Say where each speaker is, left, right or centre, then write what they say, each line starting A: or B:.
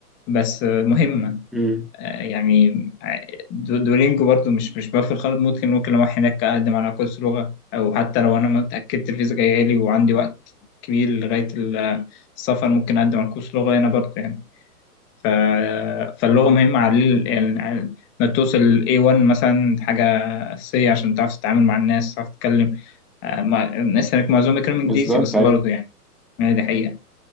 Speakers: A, on the left (about 25°); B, in the centre.
A: بس آه، مهمة
B: مم.
A: يعني دو- دولينجو برضو مش مش بوفر خالص ممكن ممكن لو أروح هناك أقدم على كورس لغة أو حتى لو أنا ما اتأكدت الفيزا جاية لي وعندي وقت كبير لغاية ال- السفر ممكن أقدم على كورس لغة هنا برضو يعني ف... فاللغة مهمة على ال- يعني ما توصل ل A1 مثلا حاجة أساسية عشان تعرف تتعامل مع الناس تعرف تتكلم آه، مع الناس هناك معظمهم بيتكلموا
B: بالظبط
A: إنجليزي بس
B: اي
A: برضو يعني يعني دي حقيقة